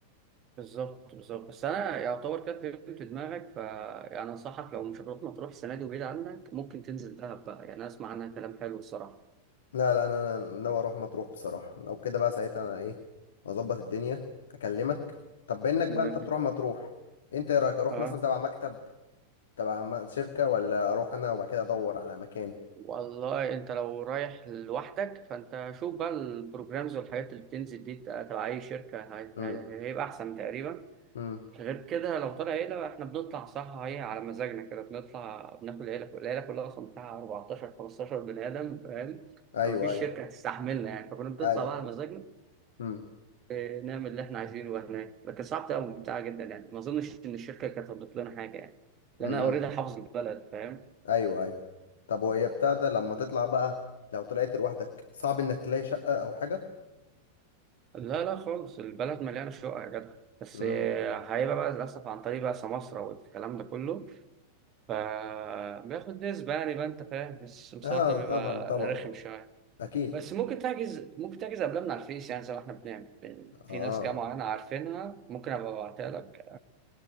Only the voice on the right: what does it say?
بالظبط بالظبط بس انا يعتبر كده فهمت دماغك ف يعني انصحك لو مش هتروح مطروح السنه دي وبعيد عنك ممكن تنزل دهب بقى يعني أنا اسمع عنها كلام حلو الصراحه
لك-
اه
والله انت لو رايح لوحدك فانت شوف بقى البروجرامز والحاجات اللي بتنزل دي تبع اي شركه هي-
هي- هيبقى احسن تقريبا
غير كده لو طلع عيلة بقى احنا بنطلع صح هي على مزاجنا كده بنطلع بناكل عيلة كل- العيلة كلها أصلا بتاع 14 15 بني آدم فاهم
فمفيش
شركة هتستحملنا يعني فكنا بنطلع
بقى على مزاجنا
اه، نعمل اللي احنا عايزينه وهناك لكن صعب أوي ممتعة جدا يعني ما أظنش إن الشركة كانت هتضيف لنا حاجة يعني لأن
أنا أوريدي حافظ البلد فاهم
لا لا خالص البلد مليانة شقق يا جدع بس
اه، هيبقى بقى للأسف عن طريق بقى سماسرة والكلام ده كله فبياخد نسبة يعني بقى أنت فاهم بس السمسار
ده بيبقى
رخم شوية
بس ممكن تحجز ممكن تحجز قبلها من على الفيس يعني زي ما احنا بنعمل بن... في
ناس كده معينة عارفينها ممكن ابقى ابعتها لك